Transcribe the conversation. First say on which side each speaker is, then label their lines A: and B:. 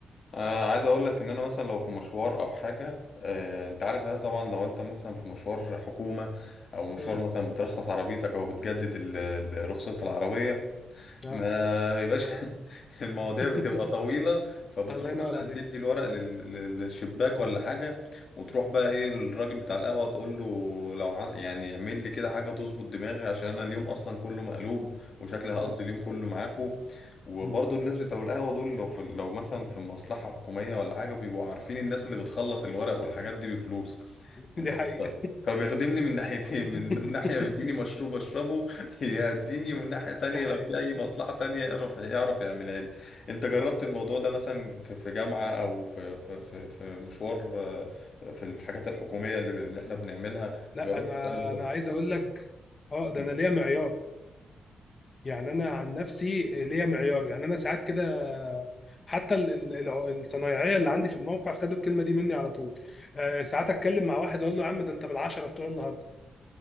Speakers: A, on the left; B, on the left.
A: آه، عايز اقول لك ان انا مثلا لو في مشوار او حاجة آه، انت عارف بقى طبعا لو انت مثلا في مشوار حكومة او مشوار
B: امم
A: مثلا بترخص عربيتك او بتجدد ال- ال- رخصة العربية
B: اه
A: ما يبقاش <laughs> المواضيع
B: <laughs>
A: بتبقى طويلة فبتروح
B: الله ينور
A: مثلا
B: عليك
A: تدي الورق لل- لل- للشباك ولا حاجة وتروح بقى ايه الراجل بتاع القهوة تقول له لو ع- يعني اعمل لي كده حاجة تظبط دماغي عشان انا اليوم اصلا كله مقلوب وشكلي هقضي
B: مم.
A: اليوم كله معاكو وبرضه
B: مم.
A: الناس بتوع القهوة دول لو في لو مثلا في مصلحة حكومية ولا حاجة بيبقوا عارفين الناس اللي بتخلص الورق والحاجات دي بفلوس انت
B: دي حقيقه
A: فاهم فبيخدمني من ناحيتين من
B: <laughs>
A: من ناحية بيديني مشروب اشربه <laughs> يديني من ناحية تانية
B: دي حقيقه
A: لو في أي مصلحة تانية يعرف يعرف يعملها لي أنت جربت
B: <laughs>
A: الموضوع ده مثلا في في جامعة أو في في في في مشوار آه، في الحاجات الحكومية اللي اللي إحنا بنعملها
B: لا
A: جربت
B: انا
A: تعمل
B: انا عايز
A: <laughs>
B: اقول لك اه ده
A: م-
B: انا ليا معيار يعني انا عن نفسي ليا معيار يعني انا ساعات كده حتى ال- ال- الع- الصنايعيه اللي عندي في الموقع خدوا الكلمه دي مني على طول آه، ساعات اتكلم مع واحد اقول له يا عم ده انت بالعشره بتوع النهارده